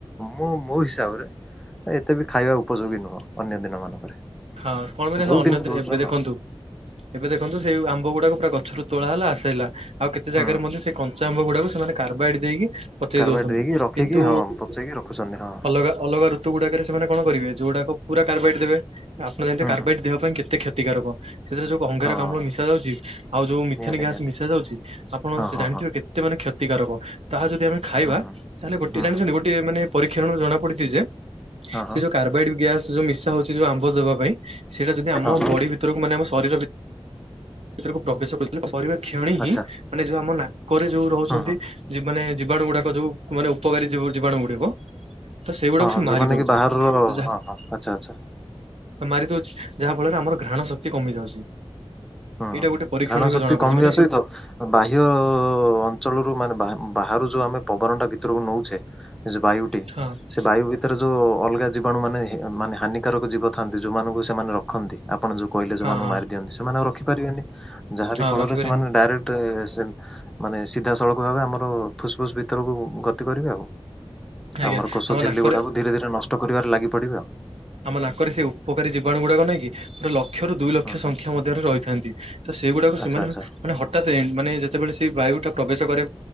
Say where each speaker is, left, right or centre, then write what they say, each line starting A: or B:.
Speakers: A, in the centre; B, on the right (about 80°).
A: ମ ମୋ ହିସାବରେ। ଏତେ ବି ଖାଇବା ଉପଯୋଗୀ ନୁହଁ ଅନ୍ୟ ଦିନ ମାନଙ୍କରେ।
B: ହଁ ପାଇଁ ନା
A: ଯୋଉ
B: ଅନ୍ୟ
A: ଦିନ
B: ଦିନେ
A: ଦଉଛ
B: ଏବେ
A: ନା
B: ଦେଖନ୍ତୁ। ଏବେ ଦେଖନ୍ତୁ ସେଇ ଆମ୍ବ ଗୁଡାକୁ ପୁରା ଗଛରୁ ତୋଳା ହେଲା ଆସେଇଲା। କେତେ ଜାଗାରେ
A: ହୁଁ
B: ମଧ୍ୟ ସେ କଞ୍ଚା ଆମ୍ବ ଗୁଡାକୁ ସେମାନେ କର୍ବାଇଟ ଦେଇକି। ପଚେଇ
A: କାରବାର
B: ଦଉଛନ୍ତି
A: ଦେଇକି ରଖିକି
B: କିନ୍ତୁ
A: ହଁ ପଚେଇକି ରଖୁଛନ୍ତି ହଁ
B: ଅଲଗା ଅଲଗା ରୁ ଋତୁ ଗୁଡାକରେ ସେମାନେ କଣ କରିବେ ଯୋଉଟା କୁ ପୁରା କାର୍ବାଇଟ ଦେବେ ଆପଣ ଜାଣିଥିବେ
A: ହୁଁ
B: କାର୍ବାଇଟ
A: ହୁଁ
B: ଦେହ ପାଇଁ କେତେ କ୍ଷତିକାରକ। ସେଥିରେ ଯୋଉ ଅଙ୍ଗାରକାମ୍ଲ
A: ହଁ
B: ମିଶା ଯାଉଛି ଆଉ ଯୋଉ ମିଥେନ୍
A: ନିହାତି
B: ଗ୍ୟାସ୍ସ
A: ନିହାତି
B: ମିଶା ଯାଉଛି ଆପଣ
A: ହଁ
B: ସେ
A: ହଁ
B: ଜାଣିଥିବେ
A: ହଁ
B: କେ ମାନେ କ୍ଷତିକାରକ ତାହା ଯଦି ଆମେ ଖାଇବା
A: ହୁଁ ହୁଁ
B: ତାହେଲେ ଗୋଟେ
A: ହୁଁ
B: ଜାଣିଛନ୍ତି
A: ହୁଁ
B: ଗୋ ମାନେ ପରୀକ୍ଷଣରୁ ଜଣା ପଡିଛି ଯେ
A: ହଁ
B: ସେ
A: ହଁ
B: ଯୋଉ କାର୍ବାଇଡ ଗ୍ୟାସ ଯୋଉ ମିଶା ହଉଛି ଯୋଉ ଆମ୍ବ ଦବା ପାଇଁ। ସେଇଟା ଯଦି ଆମ
A: ହଁ ହଁ
B: ବଡି ଭିତରକୁ ମାନେ ଆମ ଶରୀର ଭି ଭିତରକୁ ପ୍ରବେଶ <unintelligible> କରିବା କ୍ଷଣି
A: ଆଚ୍ଛା
B: ହିଁ ମାନେ ଯୋଉ ଆମ ନାକରେ ଯୋଉ ରହୁଛନ୍ତି।
A: ହଁ ହଁ
B: ମାନେ ଜୀବାଣୁ ଗୁଡାକ ଯୋଉ ମାନେ ଉପକାରୀ ଜୀବାଣୁ ଗୁଡିକ। ତ ସେଇଗୁଡାକୁ
A: ହଁ ହଁ
B: ସେ ମାରି
A: ଯୋଉମାନେ
B: ଦଉଛି
A: କି ବାହାରର
B: ତ ଯାହା
A: ହଁ ହଁ ଆଚ୍ଛା ଆଚ୍ଛା
B: ମାରି ଦଉଛି ଯାହା ଫଳରେ ଆମର ଘ୍ରାଣ ଶକ୍ତି କମି ଯାଉଛି।
A: ହଁ
B: ଏଇଟା
A: ହଁ
B: ଗୋଟେ ପରୀକ୍ଷଣ
A: ଘ୍ରାଣ
B: ଏବେ
A: ଶକ୍ତି
B: ଜଣା ପଡିଛି
A: କମିବା
B: ମାନେ
A: ସହିତ। ବାହ୍ୟ ଅଞ୍ଚଳରୁ ମାନେ ବାହାରୁ ଯୋଉ ଆମେ ପବନଟା ଭିତରକୁ ନେଉଛେ। ଜ ବାୟୁ
B: ହଁ।
A: ସେ ବାୟୁ ଭିତରେ ଯୋଉ ଅଲଗା ଜୀବାଣୁ ମାନେ ମାନେ ହାନିକାରକ ଜୀବ ଥାଆନ୍ତି ଯୋଉମାନଙ୍କୁ ସେମାନେ ରଖନ୍ତି ଆପଣ ଯୋଉ କହିଲେ
B: ହଁ
A: ଯୋଉ <unintelligible> ଙ୍କୁ
B: ହଁ
A: ମାରି ଦିଅନ୍ତି ସେମାନେ ଆଉ ରଖିପାରିବେନି ଯାହାବି
B: ହଁ
A: ଫଳରେ
B: ରଖିପାରିନି
A: ସେମାନେ ଡାଇରେକ୍ଟ ସେ ମାନେ ସିଧାସଳଖ ଭାବେ ଆମର ଫୁସ୍ ଫୁସ୍ ଭିତରକୁ ଗତି କରିବେ ଆଉ।
B: ଆଜ୍ଞା
A: ଆମର କୋଷ
B: ଆମ
A: ଝିଲ୍ଲି
B: ନାକରେ
A: ଗୁଡାକୁ ଧୀରେ ଧୀରେ ନଷ୍ଟ କରିବାରେ ଲାଗି ପଡିବେ ଆଉ।
B: ଆମ ନାକରେ ସେ ଉପକାରୀ ଜୀବାଣୁ ଗୁଡ଼ାକ ନାଇଁ କି ପୁରା ଲକ୍ଷ ରୁ ଦୁଇ ଲକ୍ଷ
A: ହୁଁ
B: ସଂଖ୍ୟା
A: ହୁଁ
B: ମଧ୍ୟରେ ରହିଥାନ୍ତି। ତ ସେଇଗୁଡାକ ସେମାନେ
A: ଆଚ୍ଛା ଆଚ୍ଛା
B: ମାନେ ହଠାତେ ମାନେ ଯେତେବେଳେ ସେ ବାୟୁ ଟା ପ୍ରବେଶ କରେ